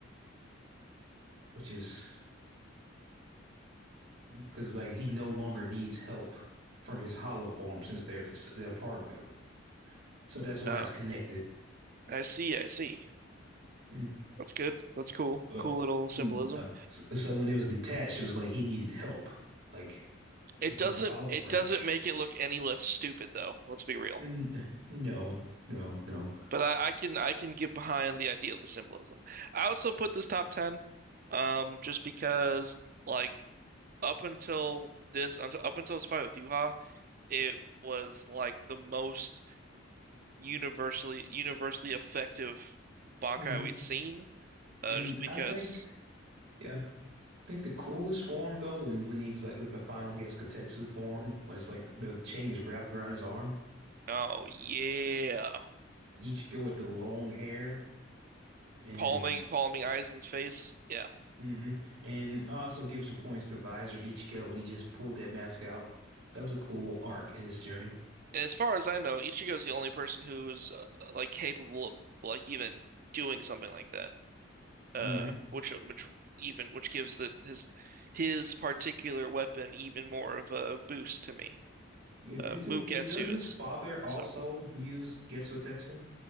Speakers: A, on the right; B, on the right.
A: which is because like he no longer needs help from his hollow form since they're the, s- they're part of him. So that's why
B: Oh,
A: it's connected.
B: I see, I see.
A: Mm.
B: That's good. That's cool.
A: Uh,
B: Cool little symbolism.
A: mm, uh, so, so when it was detached, it was like he needed help. Like
B: It
A: it's
B: doesn't
A: like an olive
B: it
A: branch.
B: doesn't make it look any less stupid though. Let's be real.
A: N- No, no, no.
B: But I, I can I can get behind the idea of the symbolism. I also put this top ten, um, just because like up until this until, up until this fight with Yuha, it was like the most universally universally effective Bankai
A: Mm-hmm.
B: we'd seen. Uh,
A: And
B: just because
A: I think, yeah, I think the coolest form though, when when he was like the final Getsuketsu form, when it's like the chain is wrapped around his arm,
B: oh yeah,
A: Ichigo with the long hair, and
B: palming palming Aizen's face, yeah.
A: hmm and I also give some points to Visor Ichigo when he just pulled that mask out. That was a cool arc in his journey.
B: And as far as I know, Ichigo's the only person who's uh, like capable of like even doing something like that. uh
A: hmm
B: which which even which gives the his his particular weapon even more of a boost to me.
A: Yeah,
B: Uh
A: this
B: Mugetsu
A: is, it, doesn't his
B: is
A: father
B: so
A: also
B: cool.
A: use Getsuketsu?